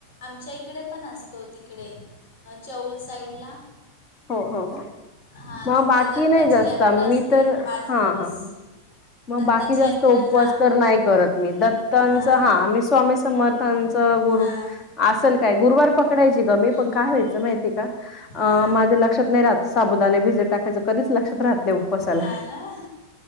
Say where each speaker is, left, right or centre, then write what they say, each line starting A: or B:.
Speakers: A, on the left (about 45°); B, on the left (about 25°).
A: आमच्या इकडे पण असतो तिकडे चौल साईडला.
B: हो हो हो
A: हां
B: मग
A: तिथे
B: बाकी
A: दत्ताची
B: नाही जास्त
A: यात्रा असते
B: मी तर
A: पाच
B: हा
A: दिवस
B: हा ह. मग
A: दत्ताची
B: बाकी जास्त
A: यात्रा
B: उपवास
A: हां
B: तर नाही करत मी दत्तांचा
A: हां
B: हाी स्वामी समर्थां गुरु
A: हां
B: असल काय गुरुवार पकडायची गमी
A: हं,
B: पण
A: हं.
B: काय व्हायचं माहिती का. अं
A: हां
B: माझे लक्षात नाही राहत साबुदाणे भिजत टाकायच. कधीच लक्षात राहत नाही उपवासाला
A: हां ना